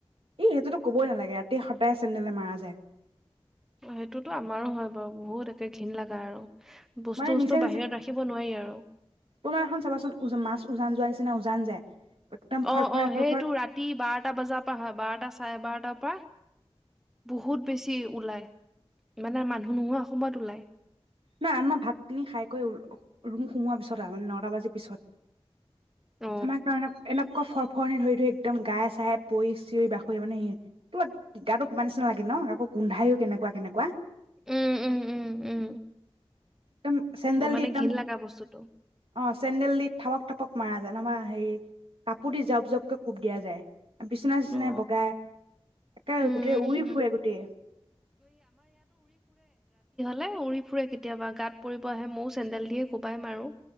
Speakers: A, on the right; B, in the centre.
A: ই সেইটোতো ক'বই নালাগে, ৰাতিয় সদায় চেণ্ডলে মাৰা যায়।
B: সেইটোতো আমাৰো হয় বাৰু বহুত একে ঘিণ লগা আৰু, বস্তু
A: মানে
B: চস্তু
A: নিজে নিজে
B: বাহিৰত ৰাখিব নোৱাৰি আৰু
A: তোমাৰ এখন চাবাচোন মাছ উজান যোৱাৰ নিচিনা উজান যায়। একদম
B: অ'
A: ফৰফৰাই
B: অ' সেইটো
A: ফৰফৰ
B: ৰাতি বাৰটা বজাৰ পৰা হয়। বাৰটা চাৰে বাৰটা তাৰপা? বহুত বেছি ওলাই, মানে মানুহ নোহোৱা অসমত ওলায়।
A: নাই আমাৰ ভাতখিনি খাই কৰি ৰুম সোমোৱাৰ পিছত আৰু মানে নটা বাজিৰ পিছত
B: অ
A: আমাৰ কাৰনে আকৌ ফৰফৰনি ধৰি ধৰি একদম গাই চাই পৰি চিঞৰি বাখৰি মানে স তোমাক গাটো কিবা নিচিনা লাগে ন? আকৌ গোন্ধাইও আকৌ কেনেকুৱা কেনেকুৱা
B: উম উম উম উম
A: একদম, চেণ্ডেল
B: বৰ মানে
A: দি একদম,
B: ঘিণ লগা বস্তুটো
A: অ' চেণ্ডেল দি থাবক তপক মাৰা যায়। নাইবা কাপোৰ দি জপ জপকে কোব দিয়া যায়। বিচনা চিচনা
B: অ
A: বগাই, একে
B: উম
A: গোটেই উৰি ফুৰে গোটেই।
B: নাই, উৰি ফুৰে কেতিয়াবা গাত পৰিব আহে, ময়ো চেন্দেল দিয়ে কোবাই মাৰো।